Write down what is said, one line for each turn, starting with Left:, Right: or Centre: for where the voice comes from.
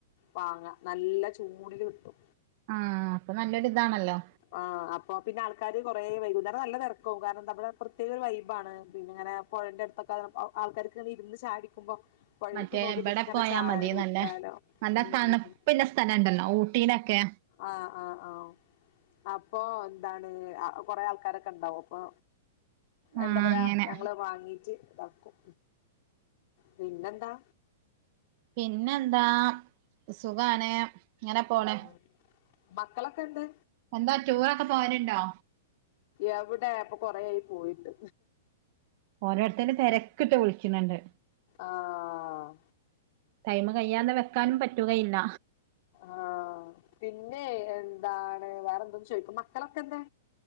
Left: വാങ്ങ നല്ല ചൂണില് കിട്ടും.
Right: ആ അപ്പൊ നല്ലൊരു ഇതാണല്ലോ.
Left: ആഹ് അപ്പൊ പിന്നെ ആൾക്കാര് കൊറെ വൈകുന്നേരം നല്ല തിരക്കവും കാരണം നമ്മുടെ പ്രത്യേക ഒരു വൈബാണ്. പിന്നെ അങ്ങനെ പുഴന്റെ അടുത്തൊക്കെ അ ആൾക്കാര്ക്കെ ഇങ്ങനെ ഇരുന്ന് ചായടിക്കുമ്പോ. പൊഴേക്ക്
Right: മറ്റേ
Left: നോക്കിട്ട്
Right: ഇബടെ
Left: ഇങ്ങനെ
Right: പോയാ
Left: ചായടിക്കാലോ
Right: മതി നല്ല നല്ല
Left: ഉ,
Right: തണുപ്പില്ല
Left: ഉ, ഉ.
Right: സ്ഥലണ്ടല്ലോ ഊട്ടിയിലൊക്കെ
Left: ആഹ്, ആഹ്, ആഹ്. അപ്പൊ എന്താണ് കൊറെ ആൾക്കാരൊക്കെ ഇണ്ടാവും അപ്പൊ.
Right: ആഹ്
Left: എന്താ പറയാ
Right: അങ്ങനെ
Left: ഞങ്ങള് വാങ്ങീട്ട് ഇതാക്കും. പിന്നെന്താ.
Right: പിന്നെന്താ സുഖാണ്. ഇങ്ങനെ. പോണ്
Left: ഉ മക്കളൊക്കെണ്ട്.
Right: എന്താ ടൂറൊക്കെ പോവല്ണ്ടോ?
Left: എവിടെ ഇപ്പൊ കൊറെയായി പോയിട്ട്.
Right: ഓരോരുത്തരും തെരക്കിട്ട് വിളിക്കുന്നുണ്ട്.
Left: ആഹ്
Right: ടൈമ് കയ്യാത വെക്കാനും പറ്റുകയില്ല.
Left: ആഹ് പിന്നെ എന്താണ് വേറെന്തോം ചോയിക്കും മക്കളൊക്കെ എന്തെ?